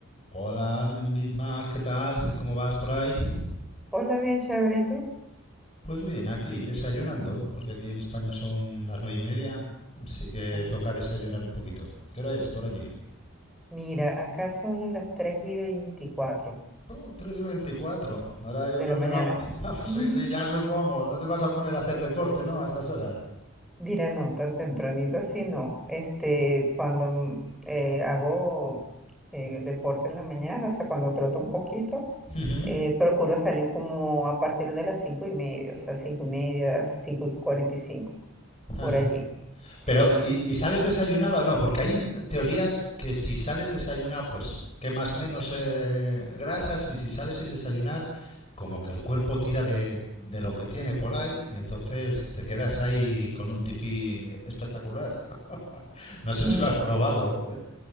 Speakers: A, on the left; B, in the centre.
A: Hola, Bismarck, ¿qué tal? ¿Cómo vas por ahí?
B: Hola, bien chévere, ¿y tú?
A: Pues bien, aquí desayunando, porque aquí en España son las nueve y media, así que
B: Ah,
A: toca desayunar un poquito. ¿Qué hora es por allí?
B: Mira, acá son las 3 y 24
A: Oh, tres y veinticuatro. Ahora yo
B: de
A: creo
B: la mañana.
A: que no. <laughs> Ah, pues
B: <laughs>
A: Sí, sí, ya supongo. No te vas a poner a hacer deporte, ¿no? A estas horas.
B: Mira, no, tan tempranito así no. Este, cuando mm, eh, hago eh, deporte en la mañana, o sea, cuando troto un poquito,
A: Ujú.
B: eh, procuro salir como a partir de las 5 y media, o sea, 5 y media, 5 y 45
A: <laughs>
B: por allí.
A: Pero,
B: Sí,
A: ¿y, y sales desayunada o no? Porque hay teorías que si sales desayunada, pues quemas menos eh, grasas y si sales sin desayunar, como que el cuerpo tira de, de lo que tiene por ahí y entonces te quedas ahí con un tipín espectacular. <laughs> no sé
B: Mm,
A: si lo has probado. eh.